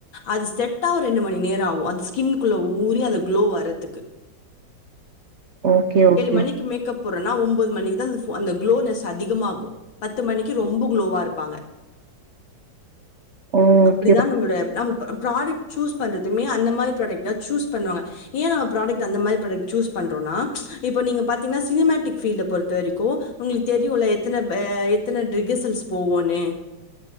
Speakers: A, on the left; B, on the right.
A: அது செட்டாவ ரெண்டு மணி நேர ஆகு அந்த ஸ்கின்க்குள்ள ஊறி அந்த குளோ வர்றதுக்கு
B: ஓகே ஓகே
A: மணிக்கு மேக்கப் போடறனா ஒம் பது மணிக்கு தா அந்த குளோனஸ் அதிகமாகு பத்து மணிக்கு ரொம்ப குளோவா இருப்பாங்க
B: ஓகே
A: அப்படிதா நம்மளுடைய நம் நம்ம ப்ராடக்ட் சூஸ் பண்றதுமே அந்த மாதிரி ப்ராடக்ட தா சூஸ் பண்ணுவாங்க ஏ ப்ராடக்ட் அந்த மாதிரி ப்ராடக்ட் சூஸ் பண்றோனா இப்போ நீங்க பாத்தீங்கன்னா சினிமேட்டிக் ஃபீல்ட பொறுத்த வரைக்கு உங்களுக்கு தெரியுல எத்தனை எ எத்தனை ரிகசல்ஸ் போவுன்னு